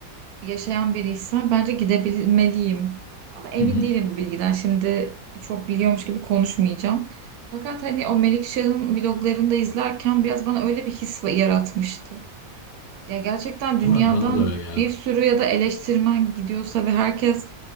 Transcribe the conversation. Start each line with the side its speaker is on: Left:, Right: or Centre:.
Right: yaşayan biriysen bence gidebilmeliyim. Ama emin
Left: Hı hı.
Right: değilim bu bilgiden. Şimdi çok biliyormuş gibi konuşmayacağım. Fakat hani o Melikşah'ın vloglarını da izlerken biraz bana öyle bir his yaratmıştı. Ya gerçekten dünyadan
Left: Değil mi? Bana da öyle geldi.
Right: bir sürü ya da eleştirmen gidiyorsa ve herkes